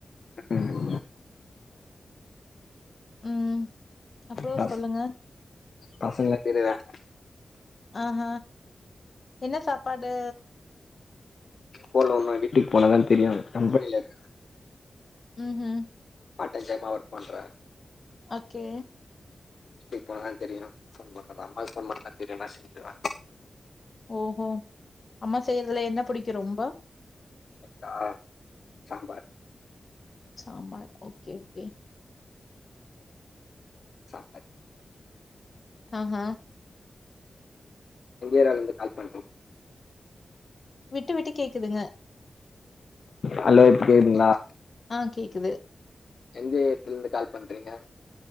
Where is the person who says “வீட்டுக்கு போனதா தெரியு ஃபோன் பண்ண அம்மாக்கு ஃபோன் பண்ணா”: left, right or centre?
Left